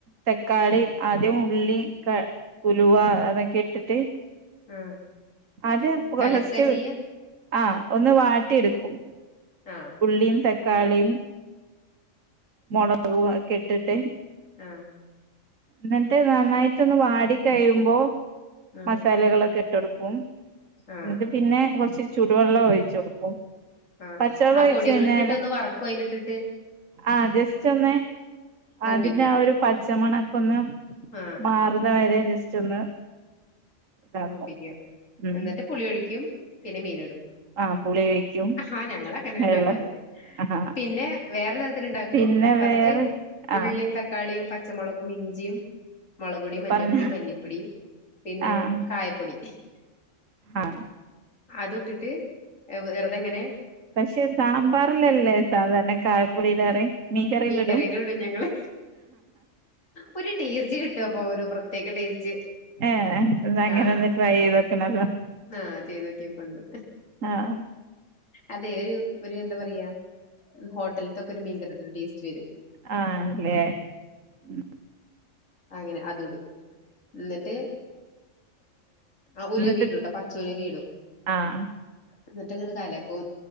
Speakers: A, on the right (about 80°); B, on the left (about 80°).
A: തക്കാളി ആദ്യം ഉള്ളി ക ഉലുവ അതൊക്കെ ഇട്ടിട്ട്-
B: ആഹ്
A: ആദ്യം
B: കലക്കാ
A: ഫസ്റ്റ്
B: ചെയ്യാ
A: ആഹ് ഒന്ന് വാട്ടി എട്ക്കും.
B: ആഹ്
A: ഉള്ളിയും, തക്കാളിയും മൊളകും ഒക്കെ ഇട്ട്ട്ട്,
B: ആഹ്
A: ഇന്ന്ട്ട് നന്നായിട്ടൊന്ന് വാടി കഴിയുമ്പോ
B: ആഹ്
A: മസാലകളൊക്കെ ഇട്ടൊട്ക്കും.
B: ആഹ്
A: ഇന്ന്ട്ട് പിന്നെ കൊറച്ച് ചൂടുവെള്ളം ഒഴിച്ച് കൊടുക്കും.
B: ആഹ്
A: പച്ചവെള്ളം
B: ആ
A: ഒഴിച്ച്
B: പൊടികൾ
A: കഴിഞ്ഞാല്
B: ഇട്ടിട്ട് ഒന്ന് വറക്കോ അയ്ല് ഇട്ട്ട്ട്?
A: ആഹ് ജസ്റ്റൊന്ന്.
B: മൂപ്പിക്കും
A: അതിന്റെ ആ ഒരു പച്ചമണൊക്കെ ഒന്ന്
B: ആഹ്
A: മാറുന്ന വരെ ജസ്റ്റ് ഒന്ന്- ഇതാക്കും
B: മൂപ്പിക്കാ
A: ഉം
B: എന്നിട്ട് പുളി ഒഴിക്കും പിന്നെ മീന്ടും
A: ആഹ് പുളി ഒഴിക്കും
B: ഹാ ഞങ്ങളങ്ങനെ
A: വെള്ളം
B: ഇണ്ടാക്കാറ്.
A: ആഹ്
B: പിന്നെ വേറെ തരത്തി ഉണ്ടാക്കും
A: പിന്നെ
B: ഫസ്റ്റ്
A: വേറെ
B: ഉള്ളിയും
A: ആഹ്
B: ത ക്കാളിയും പച്ചമുളകും ഇഞ്ചിയും മുളക്പൊടി മഞ്ഞപ്പൊടി
A: പറഞ്ഞോ
B: മല്ലിപ്പൊടി പിന്നെ
A: ആഹ്
B: കായപ്പൊടി
A: ആഹ്
B: അത് ഇട്ടിട്ട് വെറുതെങ്ങനെ
A: പക്ഷെ സാമ്പാറിലല്ലേ സാധാരണ കായ പൊടി ഇടാറ്. മീൻകറിയിലിടും
B: മീൻ കറിയിലും ഇടും ഞങ്ങള്. ഒരു ടേസ്റ്റ് കിട്ടും അപ്പൊ ഒരു പ്രത്യേക ടേസ്റ്റ്.
A: ഏ എന്നാ അങ്ങനെ
B: ആഹ്
A: ഒന്ന് ട്രൈ ചെയ്ത് നോക്കണല്ലോ.
B: ആഹ് ചെയ്തോക്കിയൊക്കണ്ട്.
A: ആഹ്
B: അതെ ഒരു, ഒരു എന്താ പറയാ ഹോട്ടൽത്തൊക്കെ ഒരു മീൻകറിട ഒരു ടേസ്റ്റ് വരും.
A: അഹ ആണല്ലേ ഉ.
B: അങ്ങനെ അതുടും എന്നിട്ട്. ആ ഉലുവേം
A: എന്നിട്ട്
B: ഇടുട്ടോ പച്ച ഉലുവേം ഇടും.
A: ആഹ്
B: എന്നിട്ട്ങ്ങട് കലക്കും